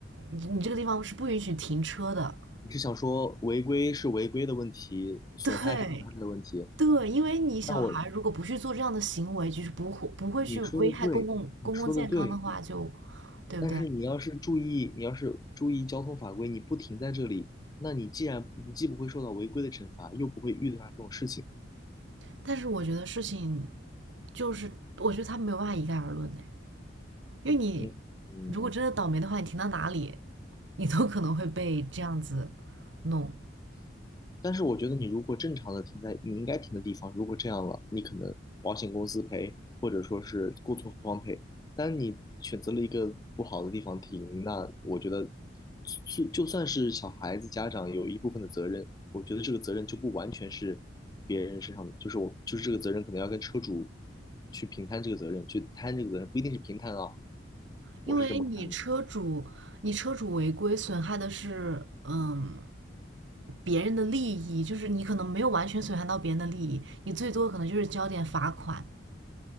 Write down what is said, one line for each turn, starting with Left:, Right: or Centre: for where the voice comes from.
Right: 你你这个地方是不允许停车的。
Left: 你是想说违规是违规的问题，
Right: <laughs>
Left: 损害是损害的问题？
Right: 对，对，因为你小孩如果不去做这样的行为，
Left: 那我
Right: 就是不会不会去危害公共公共健康的话就，
Left: 你说的对，你说的对，
Right: 对不对？
Left: 但是你要是注意，你要是注意交通法规，你不停在这里，那你既然你既不会受到违规的惩罚，又不会遇到这种事情，
Right: 但是我觉得事情就是，我觉得他没有办法一概而论的，因为你
Left: 嗯嗯，
Right: 如果真的倒霉的话，你停到哪里，你都可能会被这样子弄，
Left: 但是我觉得你如果正常的停在你应该停的地方，如果这样了，你可能保险公司赔，或者说是过错方赔。但你选择了一个不好的地方停，那我觉得是就算是小孩子家长有一部分的责任，我觉得这个责任就不完全是别人身上的，就是我就是这个责任可能要跟车主去平摊这个责任，去摊这个责任，不一定是平摊啊，
Right: 因为你车主你车主违规损害的是嗯
Left: 我是这么看的。
Right: 别人的利益，就是你可能没有完全损害到别人的利益，你最多可能就是交点罚款，